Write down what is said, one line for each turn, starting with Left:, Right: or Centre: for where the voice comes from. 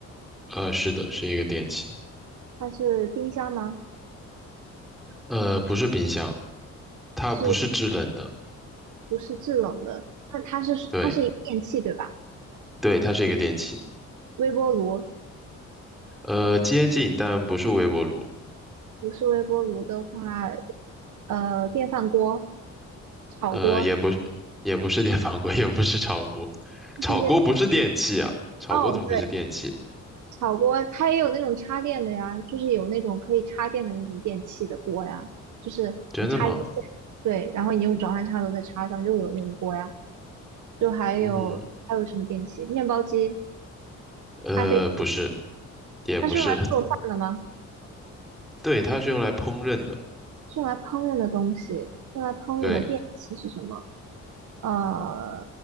Centre: 呃，是的，是一个电器。
Right: 它是冰箱吗？
Centre: 呃，不是冰箱，它不是制冷的。
Right: 是不是制冷的？那它是它是一个电器对吧？
Centre: 对，对，它是一个电器。
Right: 微波炉
Centre: 呃，接近，但不是微波炉。
Right: 不是微波炉的话，呃，电饭锅、炒锅，
Centre: 呃，也不是，也不是电饭锅，也不是炒锅。
Right: 这是一个电。
Centre: 炒锅不是电器啊，炒锅怎么会是电器？
Right: 哦，对。炒锅它也有那种插电的呀，就是有那种可以插电的那种电器的锅呀，就是你插一个线，
Centre: 真的吗？
Right: 对，然后你用转换插头再插上，又有那个锅呀。就还有还有什么电器？
Centre: 嗯，
Right: 面包机、
Centre: 呃，
Right: 咖啡机，
Centre: 不是，也不是。
Right: 它是用来做饭的吗？
Centre: <laughs> 对，它是用来烹饪的。
Right: 是用来烹饪的东西，用来烹饪的电器是什么？
Centre: 对，
Right: 呃，